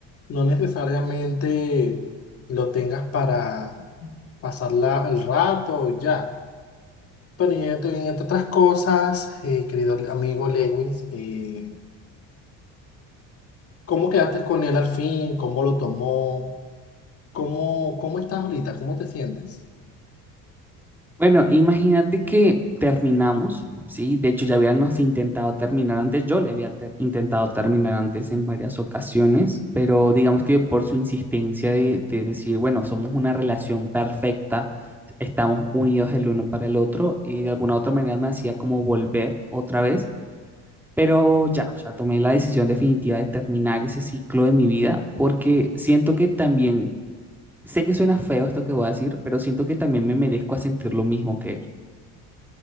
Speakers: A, on the left; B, in the centre.
A: No necesariamente lo tengas para pasar la- el rato y ya. Pero y entre, y entre otras cosas, eh, querido amigo Lewis, eh, ¿cómo quedaste con él al fin? ¿Cómo lo tomó? ¿Cómo, cómo estás ahorita? ¿Cómo te sientes?
B: Bueno, imagínate que terminamos, ¿sí? De hecho, ya habíamos intentado terminar antes, yo le había ter- intentado terminar antes en varias ocasiones, pero digamos que por su insistencia de, de decir, bueno, somos una relación perfecta, estamos unidos el uno para el otro, y de alguna u otra manera me hacía como volver otra vez, pero ya, o sea, tomé la decisión definitiva de terminar ese ciclo de mi vida porque siento que también, sé que suena feo esto que voy a decir, pero siento que también me merezco a sentir lo mismo que él.